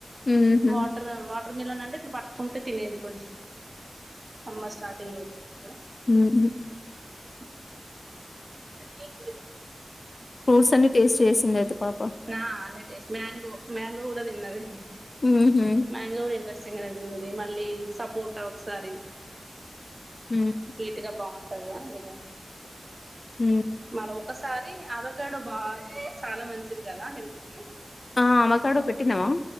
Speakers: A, on the left; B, on the right.
A: ఊహూ
B: వాటర్ వాటర్ మిలన్ అంటే ఇట్ల పట్టుకుంటే తినేది కొంచెం సమ్మర్ స్టార్టింగ్ లో వచ్చిదా
A: మ్
B: అ <inaudible>
A: ఫ్రూట్స్ అన్ని టేస్ట్ చేసింది అయితే పాప
B: ఆ అన్నీ టేస్ట్ చేసింది మ్యాంగో మ్యాంగో కూడా తిన్నది
A: మ్ హూ
B: మ్యాంగో కూడా ఇంట్రెస్టింగానే తిన్నది మళ్ళీ సపోట ఒకసారి
A: ఊహూ
B: స్వీట్ గా బాగుంటది అది కూడా
A: మ్
B: మరి ఒకసారి అవకాడో బాగ చాలా మంచిది కదా హెల్త్ కి
A: ఆ ఆవకడో పెట్టినవా